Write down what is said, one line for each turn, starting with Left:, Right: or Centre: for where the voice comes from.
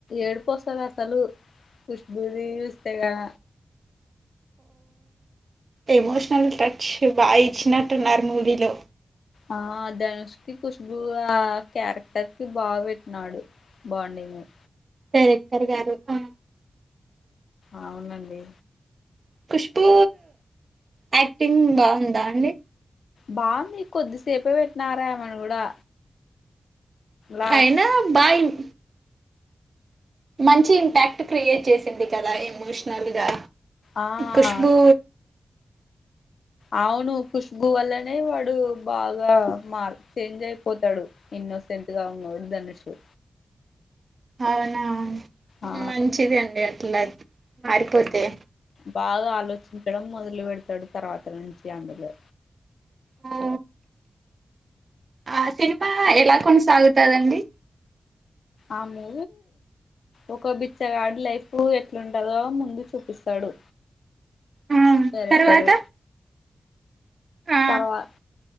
Left: ఏడిపోస్తది అసలు కుష్బూది చూస్తే కద
Right: ఎమోషనల్ టచ్ బాగా ఇచ్చినట్టున్నారు మూవీలో
Left: ఆ ధనుష్ కి కుష్బూ ఆ క్యారెక్టర్ కి బాగా పెట్టినాడు బాండింగ్ ఉ
Right: డైరెక్టర్ గారు ఆ
Left: అవునండి
Right: ఖుష్బూ యాక్టింగ్ బాగుందా అండి
Left: బావుంది కొద్దిసేపె పెట్టినారె ఆమని కూడా లాస్ట్
Right: అయినా బాయిన్ మంచి ఇంపాక్ట్ క్రియేట్ చేసింది కదా ఎమోషనల్ గా
Left: ఆ
Right: కుష్బూ
Left: అవును ఖుష్బు వల్లనే వాడు బాగా మార్ చేంజ్ అయిపోతాడు ఇన్నోసెంట్ గా ఉన్నోడు దనుషు
Right: అవునా
Left: ఆ
Right: మంచిది అండి అట్లా మారిపోతే
Left: బాగా ఆలోచించడం మొదలు పెడతాడు తర్వాత నుంచి అందులో
Right: ఓ ఆ సినిమా ఎలా కొనసాగుతదండి
Left: ఆ మీ ఒక బిచ్చగాడి లైఫ్ ఎట్లుంటదో ముందు చూపిస్తాడు
Right: ఆ
Left: క్యారెక్టరు
Right: తర్వాత ఆ
Left: తర్వా